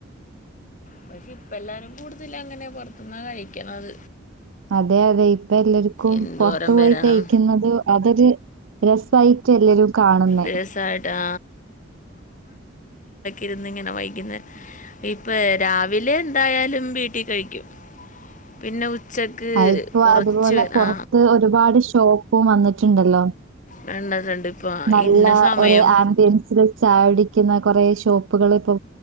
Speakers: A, on the left (about 40°); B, on the right (about 70°).
A: പക്ഷെ ഇപ്പ എല്ലാരും കൂടുതൽ അങ്ങനെ പൊറത്തുന്നാ കഴിക്കണത്
B: അതെ അതെ ഇപ്പ എല്ലാർക്കും
A: എന്തോരം
B: പുറത്തു പോയി
A: വരണം
B: കഴിക്കുന്നത് അതൊരു രസായിട്ട് എല്ലരും കാണുന്നേ
A: രസമായിട്ടാ ഇരുന്നിങ്ങനെ വൈകുന്ന ഇപ്പ രാവിലെ എന്തായാലും വീട്ടി കഴിക്കും പിന്നെ ഉ ഉച്ചക്ക്
B: ആ, ഇപ്പൊ
A: കുറച്ച്
B: അതുപോലെ
A: പേ-
B: പൊറത്ത്
A: ആ
B: ഒരുപാട് ഷോപും വന്നിട്ടുണ്ടല്ലോ
A: കണ്ടിട്ടുണ്ട് ഇപ്പൊ
B: നല്ല
A: ഇന്ന സമയം
B: ഓരോ ആംബിയൻസിൽ ചായ കുടിക്കുന്ന കുറേ ഷോപ്പ് പുകളേപോ